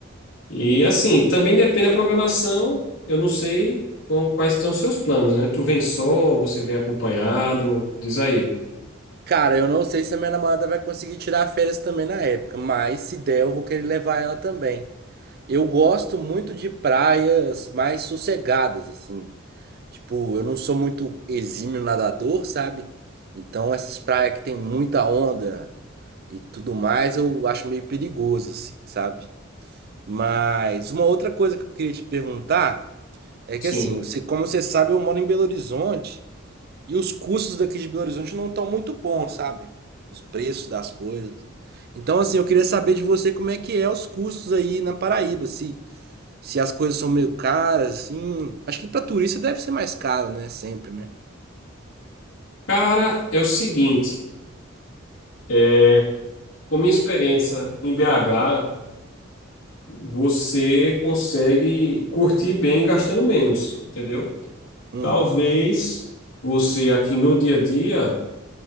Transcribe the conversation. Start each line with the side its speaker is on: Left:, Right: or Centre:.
Left: E assim, também depende da programação, eu não sei com- quais estão os seus planos, né? Tu vem só, você vem acompanhado, diz aí.
Right: Cara, eu não sei se a minha namorada vai conseguir tirar férias também na época, mas se der, eu vou querer levar ela também. Eu gosto muito de praias mais sossegadas, assim. Tipo, eu não sou muito exímio nadador, sabe? Então, essas praias que tem muita onda e tudo mais, eu acho meio perigoso, assim, sabe? Mas uma outra coisa que eu queria te perguntar é
Left: Sim.
Right: que, assim, você, como você sabe, eu moro em Belo Horizonte e os custos daqui de Belo Horizonte não estão muito bons, sabe? Os preços das coisas. Então, assim, eu queria saber de você como é que é os custos aí na Paraíba, assim. Se as coisas são meio caras, assim. Acho que pra turista deve ser mais caro, né? Sempre, né?
Left: Cara, é o seguinte, é, com minha experiência em BH, você consegue curtir bem gastando menos, entendeu?
Right: Hum,
Left: Talvez você aqui no dia a dia